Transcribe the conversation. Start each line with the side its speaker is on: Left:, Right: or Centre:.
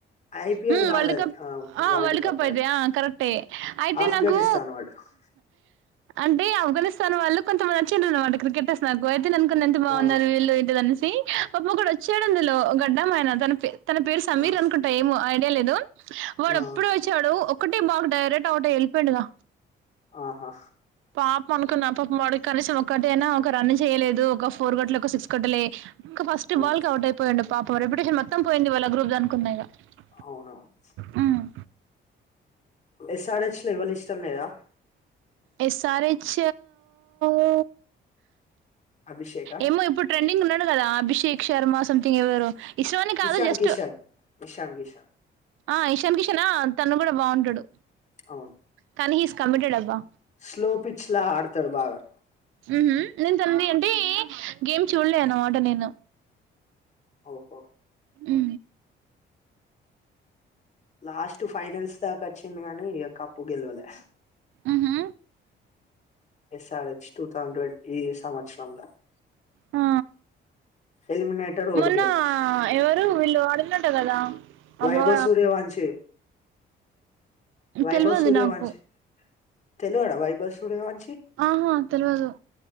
Left: ఐపిఎల్
Right: హ్మ్
Left: కాదు
Right: వరల్డ్
Left: అది
Right: కప్ ఆ
Left: వరల్డ్ కప్
Right: అయితే
Left: అది
Right: ఆ కరెక్టే అయితే
Left: ఆఫ్ఘనిస్తాన్
Right: నాకు
Left: వాలు ఉ హు
Right: అంటే ఆఫ్గానిస్తాన్ వాళ్ళు కొంత నచ్చిండ్ర అనమాట క్రికెట్ వస్తునకు అయితే అనుకుని ఎంత బాగున్నారు
Left: ఆ
Right: వీళ్ళు పాపం ఒకడు వచ్చాడు అందులో గడ్డం ఆయన తన తన పేరు సమీర్
Left: ఆ
Right: అనుకుంటా ఏమో ఐడియా లేదు వాడు
Left: ఆ
Right: అపుడే వచ్చాడు ఒకటే బాల్ డైరెక్ట్ ఔట్ అయి వెళ్ళిపోయిండుగా
Left: ఆహా
Right: పాపం అనుకున్న ఆ పాప మ కనీసం ఒకక్కటయినా ఒక రన్ చేయలేదు ఒక ఫోర్ గట్టలు ఒక సిక్స్ గట్టలే ఇంకా ఫస్ట్
Left: అవును
Right: బాల్ క అవుట్ అయిపోయిడు పాపం రెప్యటేషన్ మొత్తం పోయింది వాళ్ళ గ్రూప్ అనుకున్నాగా ఇగ
Left: అవునవును
Right: హ్మ్.
Left: ఎస్ఆర్ హెచ్ లో ఎవలు ఇష్టం లేదా లేదు
Right: ఎస్ ఆర్ హెచ్ ఊ
Left: అభిషేకా
Right: ఏమో ఇప్పుడు ట్రెండింగ్ ఉన్నాడు కదా అభిషేక్ శర్మ సమ్ తింగ్ ఎవరో ఇష్టమని కాదు
Left: ఇషాన్
Right: జస్ట్
Left: కిషన్ ఇషాన్ కిషన్
Right: ఆ ఇషాన్ కిషన్ తను కూడా బాగుంటాడు
Left: అవును
Right: కానీ హి ఈజ్ కమిటెడ్ అబ్బా
Left: స్లో పిచ్ లా ఆడతారు బాగా
Right: మ్హూ. నేను తనని అంటే గేమ్ చూడలే అన్నమాట నేను
Left: ఓహో
Right: ఉ
Left: లాస్ట్ ఫైనల్స్ దాకా వచ్చింది కానీ ఇగ కప్పు గెలవలే
Right: ఉ హు
Left: S R H two thousand twenty సంవత్సరం లో
Right: ఆ
Left: ఎలిమినేటర్ ఓడిపోయిలు
Right: మొన్న ఎవరు వీళ్ళు వాడినట్టా కదా
Left: వైభవ్
Right: అబ్బా
Left: సూర్యవంశం వైభవ్
Right: తెలియదు
Left: సూర్య
Right: నాకు
Left: వంశీ తెల్వడా వైభవ్ సూర్యవంశం
Right: ఆహా తెల్వదు